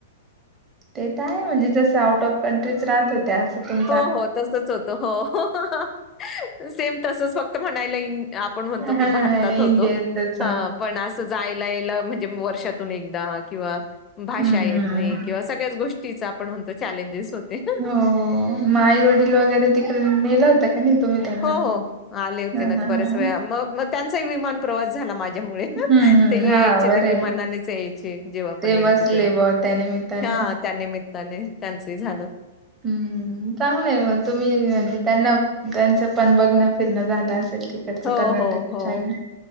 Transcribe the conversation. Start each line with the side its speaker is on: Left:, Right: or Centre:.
Right: ते तर आहे म्हणजे जसं आउट ऑफ कंट्रीच राहतात - त्याच पण-
Left: हो हो तसचं होतं हो सेम तसचं फक्त म्हणायला- आपण म्हणतो की
Right: हा
Left: भारतात
Right: हा
Left: होतो
Right: इंडियातच
Left: हा पण असचं - जायला यायला म्हणजे मग वर्षातून एकदा किंवा- भाषा
Right: हम्म
Left: येत
Right: हम्म
Left: नाही किंवा सगळ्याचं गोष्टीचा आपण म्हणतो चॅलेंजस होते. -
Right: हो मग आई वडील वगैरे तिकडे नेल होता की नाही तुम्ही त्यांना-
Left: हो हो आले होते
Right: हा
Left: ना
Right: हा
Left: ते बऱ्याच
Right: हा
Left: वेळा मग मग त्यांचाही विमान प्रवास झाला माझ्या- मुळे
Right: हम्म हम्म
Left: ते
Right: हा
Left: यायचे
Right: बरं
Left: ते विमानानेचं
Right: आहे
Left: यायचे जेव्हा पण
Right: ते
Left: यायचे
Right: बसले
Left: तेव्हा
Right: ब त्या निमित्ताने
Left: हा- त्या निमित्ताने त्यांचंही झालं. - <inaudible>
Right: हम्म चांगलंय मग. तुम्ही म्हणजे त्यांना, त्यांचं पण बघणं-फिरणं झालं असेल तिकडे
Left: हो,
Right: ड कर्नाटक
Left: हो, हो.
Right: साईड,